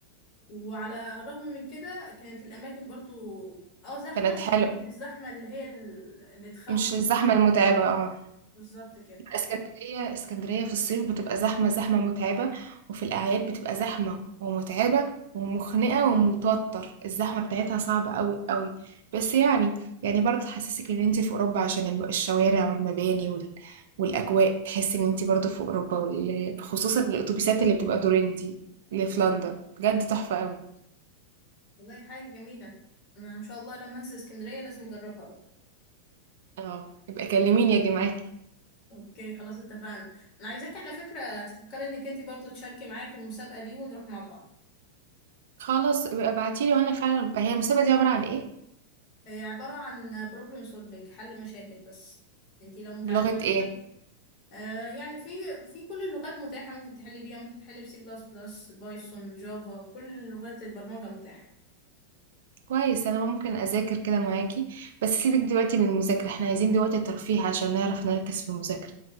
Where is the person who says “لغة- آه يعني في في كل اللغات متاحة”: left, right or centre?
Left